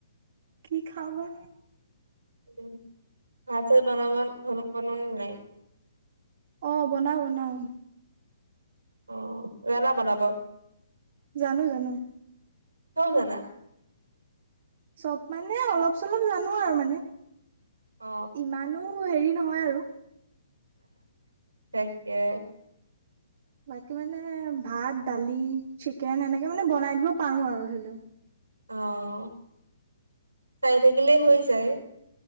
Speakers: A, on the right; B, on the right.
A: কি খাওবা।
B: উম ভাত চাত বনাব বনালে নাই?
A: অ বনা'ও বনা'ও।
B: অ জানা বনাব।
A: জানো জানো।
B: চ'ব জানা।
A: চ'ব মানে অলপ চলপ জানো আৰু মানে।
B: অ
A: ইমানো হেৰি নহয় আৰু
B: তাকে
A: বাকী মানে ভাত দালি চিকেন এনেকে মানে বনাই দিব পাৰো আৰু ধৰি লও।
B: অ' চাই থাকিলেই হৈ যায়।